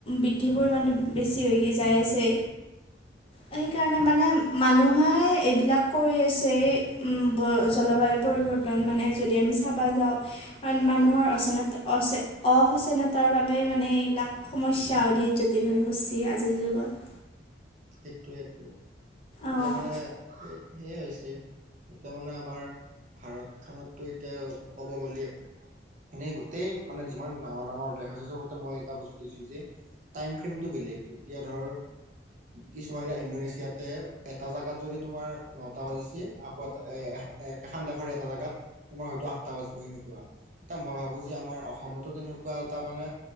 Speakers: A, on the left (about 30°); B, on the right (about 45°).
A: বৃদ্ধি পৰিমাণটো বেছি হৈ গেই যায় আছে।
B: <unintelligible>
A: সেইকাৰণে মানে উম',। মানুহে এইবিলাক কৰি আছে, এ', -উম', -ব', জলবায়ু পৰিৱৰ্তন মানে। যদি আমি চাবা যাওঁ। কাৰণ মানুহৰ অচেনাত-অচেন-অসচেতনতাৰ বাবে মানে এইবিলাক। সমস্যা অধিক জটিল হৈ পৰছে আজিৰ যুগত।
B: সেইটোেইটো, এতিয়া
A: অঁ
B: মানে এ',। সেয়াই হৈছে, এতিয়া মানে আমাৰ ভাৰত খনতটো এতিয়া ক'ব গ'লে। এনেই গোটেই মানে যিমান ডাঙৰ-ডাঙৰ দেশ আছে চবতে মই এটা বস্তু দেখিছোঁ যে। টাইম ফ্ৰেমটো বেলেগ, এতিয়া ধৰ। কিছুমান, এতিয়া ইণ্ডোনেছিয়াতে এটা জাগাত যদি তোমাৰ নটা বাজিছে, আকৌ এটা এ আ', এ', একেইখন দেশৰে এটা জোগাত তোমাৰ হয়তো আঠটা বাজব সেনেকুৱা, তেতিয়া মই ভাবোঁ যে আমাৰ অসমত। এতো তেনেকুৱা এটা মানে